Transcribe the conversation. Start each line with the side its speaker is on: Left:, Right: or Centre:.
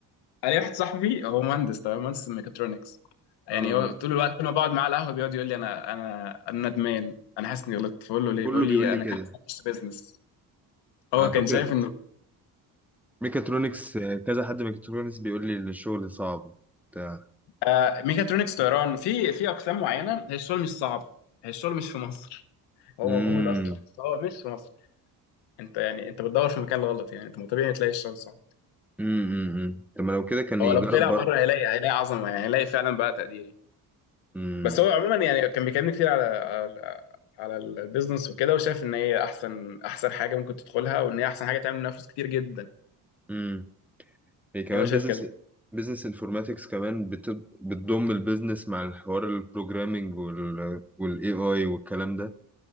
Left: انا واحد صاحبي هو مهندس تمام مهندس ميكاترونكس يعني
Centre: اه
Left: هو طول الوقت كل ما بقعد معاه على القهوه بيقعد يقول لي انا انا انا ندمان انا حاسس اني غلطت فبقول له ليه
Centre: كله
Left: بيقول
Centre: بيقول
Left: لي
Centre: لي
Left: انا
Centre: كده
Left: كان لازم اخش بيزنس هو
Centre: على
Left: كان
Centre: فكرة
Left: شايف انه
Centre: ميكاترونكس آه، كذا حد ميكاترونكس بيقول لي الشغل صعب بتاع
Left: آه ميكاترونكس طيران في في اقسام معينه هي الشغل مش صعب هي الشغل مش في مصر <laughs> هو
Centre: امم
Left: موجود اصلا بس هو مش في مصر انت يعني انت بتدور في المكان الغلط يعني انت ما طبيعي تلاقي الشغل صعب
Centre: امم أمم. طب ما لو كده كان
Left: هو
Centre: يجرب
Left: لو طلع
Centre: بره
Left: بره هيلاقي هيلاقي عظمه يعني هيلاقي فعلا بقى تقدير
Centre: امم
Left: بس هو عموما يعني كان بيكلمني كتير على على على البيزنس وكده وشايف ان هي احسن احسن حاجه ممكن تدخلها وان هي احسن حاجه تعمل منها فلوس كتير جدا
Centre: امم هي كمان
Left: يعني هو شايف
Centre: بزنس
Left: كده
Centre: بزنس انفورماتكس كمان بت- بتضم البيزنس مع الحوار البروجرامينج وال والاي اي والكلام ده